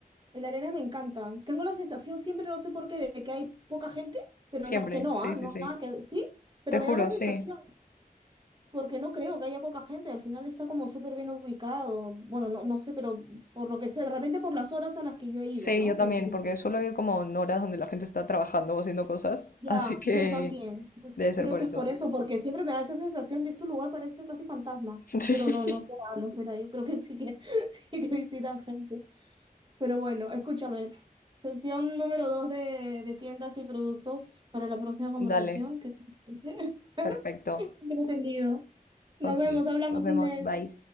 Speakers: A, on the right; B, on the left.
A: El Arenas me encanta. Tengo la sensación siempre, no sé por qué, de que hay poca gente, pero
B: Siempre.
A: no, que no,
B: Sí,
A: ¿ah? No,
B: sí, sí.
A: nada que sí, pero
B: Te
A: me
B: juro,
A: da la sensación,
B: sí.
A: porque no creo que haya poca gente. Al final está como súper bien ubicado. Bueno, no, no sé, pero por lo que sé, de repente por las horas a las que yo he ido,
B: Sí,
A: ¿no?
B: yo también,
A: Que, que-
B: porque suelo ir como en horas donde la gente está trabajando o haciendo cosas,
A: ya,
B: así que
A: yo también. Pues,
B: debe ser
A: creo
B: por
A: que
B: eso.
A: es por eso, porque siempre me da esa sensación de este lugar parece casi fantasma.
B: <laughs>
A: Pero no, no será,
B: Sí.
A: no será. Yo creo que sí que <laughs> sí que visitan gente. Pero bueno, escúchame. Sesión número dos de, de tiendas y productos para la próxima conversación.
B: Dale,
A: ¿Qué te parece? <laughs>
B: perfecto.
A: Entretenido. Nos
B: Okis,
A: vemos, hablamos,
B: nos vemos,
A: Inés.
B: bye.